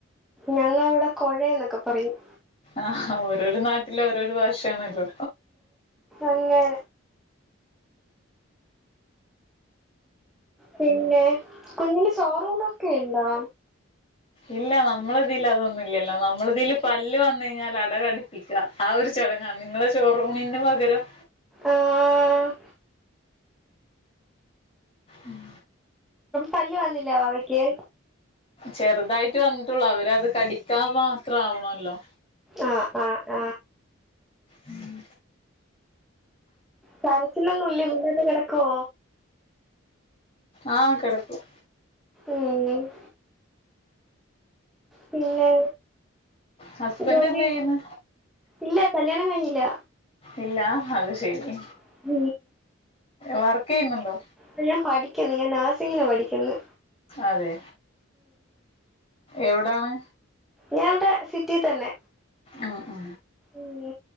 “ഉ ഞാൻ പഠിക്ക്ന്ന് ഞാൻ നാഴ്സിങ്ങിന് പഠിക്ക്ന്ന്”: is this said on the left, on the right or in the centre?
Centre